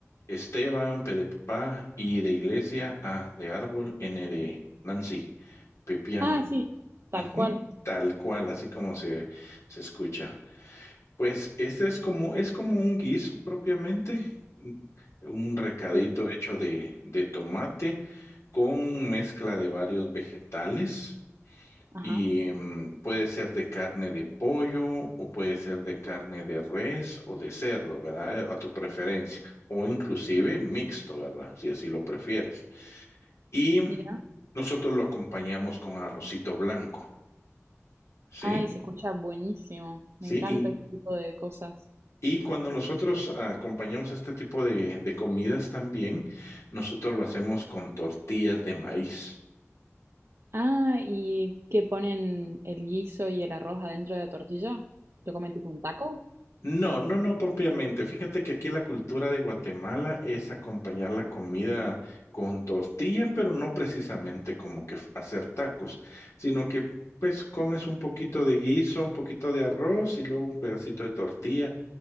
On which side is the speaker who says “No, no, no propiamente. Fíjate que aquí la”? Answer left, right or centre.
Left